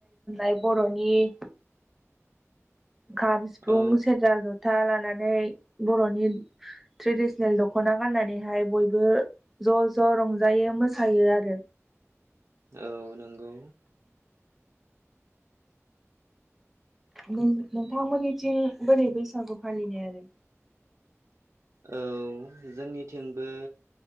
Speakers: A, in the centre; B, on the right.
A: होब बर'नि खाम सिफुं
B: औ
A: सेरजा जथा लानानै गाननानै बर'नि ट्रेडिसनेल दख'ना गाननानैहाय बयबो ज' ज' रंजायो मोसायो आरो
B: औ नंगौ
A: नों नोंथांमोननिथिं बोरै बैसागु फालिनाय आरो
B: औ जोंनिथिंबो